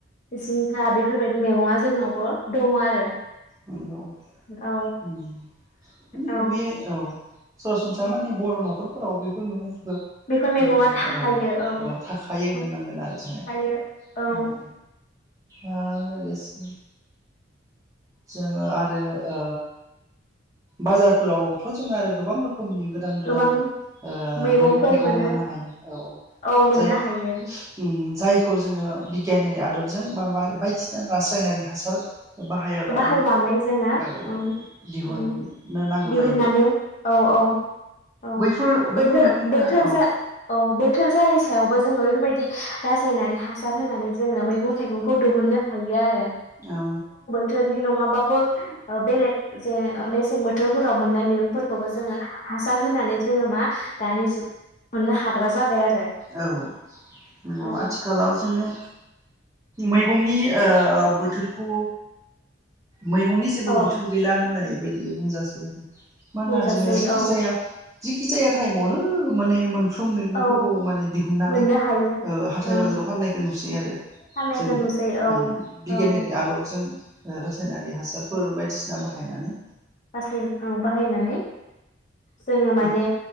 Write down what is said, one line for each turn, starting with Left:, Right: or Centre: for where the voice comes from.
Left: जिंखा बेफोरबायदि मैगङा जोंनावबो दङ आरो
Right: नंगौ ओम
Left: औ
Right: माने
Left: औ
Right: गुबैयो औ सरासनस्रा माने बर नख'रफोराव बेफोर मैगंफोर बो
Left: बेफोर मैगङा
Right: माने
Left: थाखायो
Right: औ
Left: औ
Right: ओ थाखायो
Left: औ
Right: होननांगोन आरो जोङो
Left: थाखायो औ
Right: ओ ओ लोगोसे जोङो आरो ओ बाजारफोरावथ' जोङो आरो गोबां रो खोमनि गोदान-गोदान
Left: गोबां
Right: ओ
Left: मैगंफोर
Right: मैगं थायगं
Left: मोनो
Right: मोननो हायो औ
Left: औ मोननो
Right: जाय
Left: हायो
Right: ओम जायखौ जोङो बिगियान आदबजों बा बार बायदिसिना रासायनारि हासार बाहायाब्ला जों
Left: फानानै जोङो
Right: औ
Left: ओ
Right: दिहुननो
Left: ओम
Right: नांगौ
Left: दिहुननानै
Right: जायो
Left: औ औ औ
Right: बैफोर बैफोर
Left: बोथोर
Right: मैगंफोरा
Left: बोथोर
Right: औ
Left: जा औ बोथोर जायि सा यावबो जोङो बेफोरबायदि रासायनानै हासार होनानै जोङो मैगं थाइगंखौ दिहुननो हायो आरो
Right: औ
Left: थोरनि नङाबाबो ओ बेलेग जे मेसें बोथोरफोराव मोननाय मैगंफोरखौबो जोङो हासार होनानै जोङो मा दानि जुग मोननो हाग्रा जाबाय आरो
Right: औ नंगौ
Left: औ
Right: आथिखालाव जोङो मैगंनि ओ बोथोरखौ मैगंनि जेबो
Left: औ
Right: बोथोर गैला होननाय बादिनो बुंजासै आरो मानोना
Left: बुंजासै
Right: जोङो जेखि
Left: औ
Right: जाया जेखि जाया टाइमावनो माने मोन फ्रोम मैगंखौबो
Left: औ
Right: माने दिहुननानै
Left: मोननो हायो
Right: ओ हाथाय
Left: ओं
Right: बाजाराव फाननायखौ नुसै आरो
Left: फाननायखौ
Right: जों
Left: नुसै औ
Right: उम बिगियानारि
Left: औ
Right: आदबजों ओ रासा यनारि हासारफोर बायदिसिना सिना बाहायनानै
Left: रासाय औ बाहायनानै जोङो माने
Right: औ